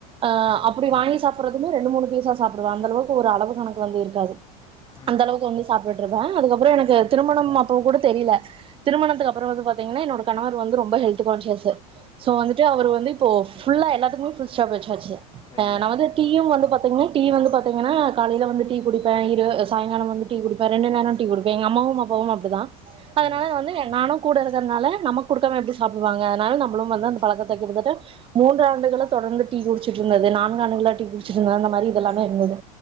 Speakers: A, on the right (about 30°); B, on the left (about 25°).
A: அ
B: ம்
A: அப்டி வாங்கி சாப்பிடுறதுக்குமே ரெண்டு மூணு பீஸா சாப்பிடுவே அந்தளவுக்கு ஒரு அளவு கணக்கு வந்து இருக்காது
B: ம்
A: அந்தளவுக்கு வந்து சாப்பிட்டுருந்தே அதுக்கப்புறோ எனக்கு
B: ம்
A: திருமணம் அப்போ கூட தெரியல திருமணத்துக்கு அப்புற வந்து பார்த்தீங்கன்னா என்னோட கணவர் வந்து ரொம்ப ஹெல்த் கான்சியேசு சோ
B: ம்
A: வந்துட்டு அவர் வந்து இப்போ ஃபுல்லா எல்லாத்துக்குமே ஃபுல் ஸ்டாப் வச்சாச்சு
B: ஐயோ
A: ஆ நா வந்து டீயு
B: ம்
A: வந் பாத்தீங்கன்னா டீ வந்து பாத்தீங்கன்னா காலையில வந்து டீ குடுப்பே இரு சாயங்காலோ வந்து டீ குடுப்பே ரெண்டு நேரோ டீ குடிப்பே அம்மாவு அப்பாவு அப்டிதா அதனால
B: ம்
A: வந்து நானு கூட இருக்கிறதுனால நம்ம குடுக்காம எப்டி சாப்பிடுவாங்க அதனால நம்மளு வந்து
B: ம்
A: அந்த பழக்கத்த கிட்டத்தட்ட மூன்று ஆண்டுகளா தொடர்ந்து டீ குடிச்சட்டு இருந்தது நான்கு ஆண்டுகளா டீ குடிச்சந்தது அந்த மாரி இதெல்லாமே இருந்தது